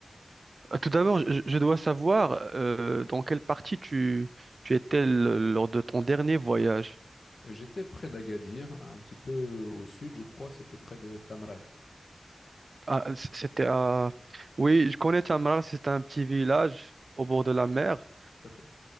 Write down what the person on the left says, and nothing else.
J'étais près d'Agadir, un petit peu au sud, je crois, c'était près de Tamraght.
Tout à fait.